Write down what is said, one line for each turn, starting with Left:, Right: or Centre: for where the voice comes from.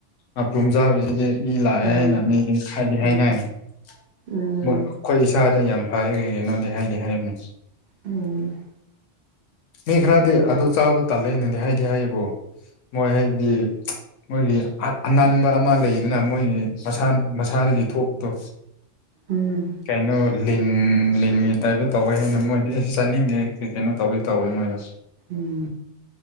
Left: ꯑꯄ꯭ꯔꯣꯨꯝ ꯆꯥꯕꯁꯤꯗꯤ ꯃꯤ ꯂꯥꯛꯑꯦ
Right: ꯎꯝ
Left: ꯍꯥꯏꯅ ꯃꯤ ꯍꯥꯏꯗꯤ
Right: ꯎꯝ
Left: ꯍꯥꯏꯅ ꯑꯩꯈꯣꯏ
Right: ꯎꯝ
Left: ꯏꯁꯥꯗ ꯌꯥꯝ ꯍꯥꯏꯈꯒꯤꯦ ꯅꯪꯗꯤ ꯍꯥꯏꯗꯤ ꯍꯥꯏꯕꯅꯦ
Right: ꯎꯝ
Left: ꯃꯤ ꯈꯔꯗꯤ ꯑꯗꯨ ꯆꯥꯕ ꯇꯥꯜꯂꯦꯅꯗꯤ ꯍꯥꯏꯗꯤ ꯍꯥꯏꯕꯣ ꯃꯣꯏ ꯍꯥꯏꯕꯗꯤ ꯃꯣꯏꯒꯤ ꯑꯅꯥꯟꯕ ꯑꯃ ꯂꯩꯗꯅ ꯃꯣꯏꯒꯤ ꯃꯁꯥꯅ ꯃꯁꯥꯗꯒꯤ ꯊꯣꯛꯄꯗꯣ
Right: ꯎꯝ
Left: ꯀꯩꯅꯩꯅꯣ ꯂꯤꯟ ꯂꯤꯟꯒꯤ ꯇꯥꯏꯞꯇ ꯇꯧꯋꯦ ꯍꯥꯏꯅ ꯃꯣꯏꯗꯤ ꯑꯩꯁꯨ ꯆꯥꯅꯤꯡꯗꯦ ꯀꯩꯅꯣ ꯇꯧꯋ ꯇꯧꯋꯦ ꯃꯣꯏꯗꯣ
Right: ꯎꯝ